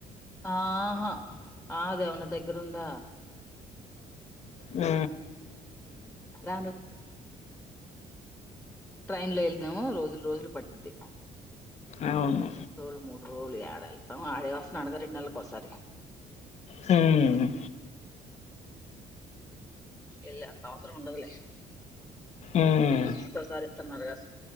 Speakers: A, in the centre; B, on the left.
A: ఆహా ఆ దేవన్న దగ్గర ఉందా
B: ఆ
A: రాను ట్రైన్ లో వెళ్తాము రోజులు రోజులు పట్టిద్ది
B: అవును
A: రెండు రోజులు మూడు రోజులు ఏడ వెళ్తాం ఆడే వస్తుండాడుగా రెండు నెలలకి ఒకసారి
B: హవునాయన
A: సరిపోతుంది ఇల్ అంతవసరం ఉండదు లే
B: ఉమ్
A: టూ మంత్స్ కొసారి ఇస్తన్నారు గా